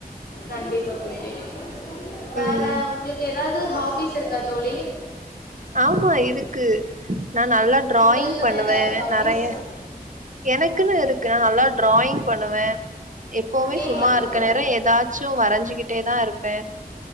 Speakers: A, on the left; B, on the right.
A: கண்டிப்பா தோழி வேற
B: ம்
A: உங்களுக்கு ஏதாவது ஹாபிஸ் இருக்கா தோழி
B: ஆமா இருக்கு நா நல்லா டிராயிங்
A: உங்களுக்குன்னு
B: பண்ணுவே
A: ஏதாவது ஹாபிஸ்
B: நெறையா எனக்குன்னு இருக்கு நா நல்லா டிராயிங் பண்ணுவே எப்பவுமே
A: கேக்கல
B: சும்மா
A: தோழி
B: இருக்க நேர ஏதாச் சு வரஞ்சுக்கிட்டேதா இருப்பே